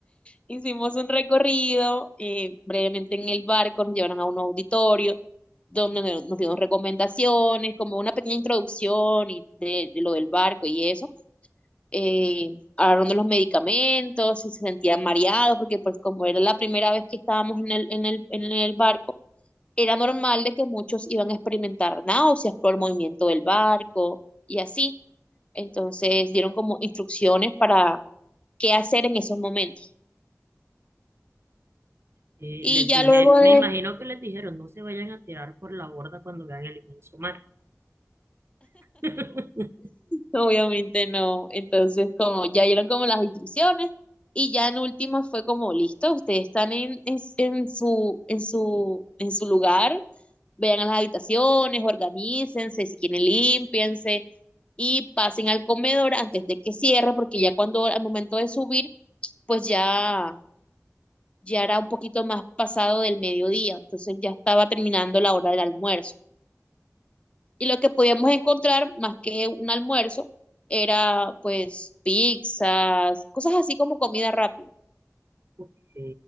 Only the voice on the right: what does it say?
Eh,
les
dije,
me imagino que les dijeron, no se vayan a tirar por la borda cuando vean el inmenso mar. <laughs>
Ok.